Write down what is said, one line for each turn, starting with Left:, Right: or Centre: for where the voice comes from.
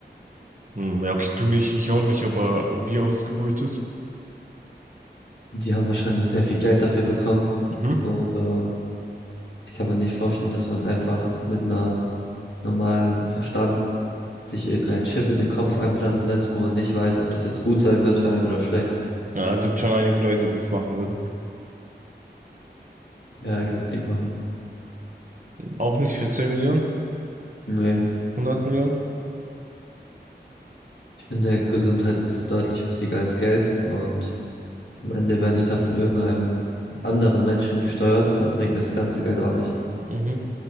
Right: Hm, ja, okay, du nicht, ich auch nicht, aber wie ausgebeutet?
Left: Die haben wahrscheinlich sehr viel Geld dafür bekommen.
Right: Mhm.
Left: Oder ich kann mir nicht vorstellen, dass man einfach mit einer normalen Verstand sich irgendein Chip in den Kopf einpflanzen lässt, wo man nicht weiß, ob das jetzt gut sein wird für einen oder schlecht.
Right: Ja, gibt schon einige Leute, die es machen würden.
Left: Ja, ich würde es nicht machen.
Right: Auch nicht für 10 Millionen,
Left: Nee.
Right: Hundert Millionen.
Left: Ich finde, Gesundheit ist deutlich wichtiger als Geld und am Ende werde ich da von irgendeinem anderen Menschen gesteuert, dann bringt mir das ganze Geld auch nichts.
Right: Mhm.